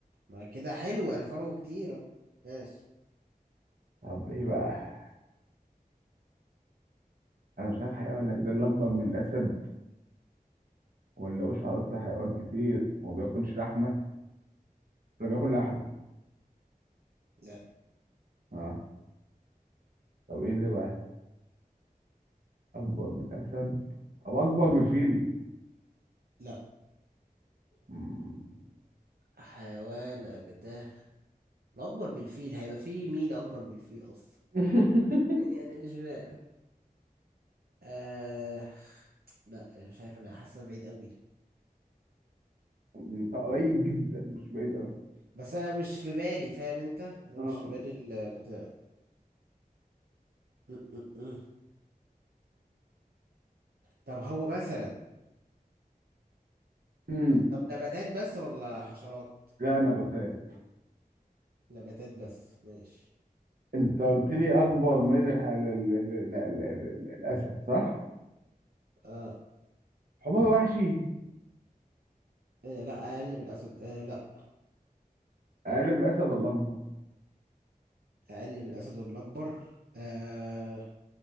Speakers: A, on the right (about 85°); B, on the right (about 70°).
A: ما كده حلو يعني فرو كتير اهو ماشي
B: طب ايه بقى انا مش عارف حيوان اجدل اكبر من الاسد ولا وش عضلات حيوان كتير وما بياكلش لحمة ولا بياكل لحمة
A: لا
B: اه طب ايه ده بقى اكبر من الاسد طب اكبر من الفيل
A: لا
B: مم.
A: حيوانك ده الاكبر من الفيل هيبقى فيه مين اكبر من الفيل اصلا
B: <laughs>
A: يعني مش فاهم آه... لا مش عارف انا حاسه بعيد قوي
B: انت قريب جدا مش بعيد قوي
A: بس انا مش في بالي فاهم انت انا
B: اه
A: مش في بالي البتاع م- م- م. طب هو مثلا
B: امم
A: طب نباتات بس ولا حشرات
B: لا انا بتهيألي
A: نباتات بس ماشي
B: انت قلت لي اكبر من الح... ال... ال... ال... ال... ال... ال... الاسد صح
A: آه.
B: حمار وحشي
A: آه لا اقل من الاسد آه لا
B: اقل من الاسد ولا اكبر
A: اقل من الاسد ولا اكبر آه.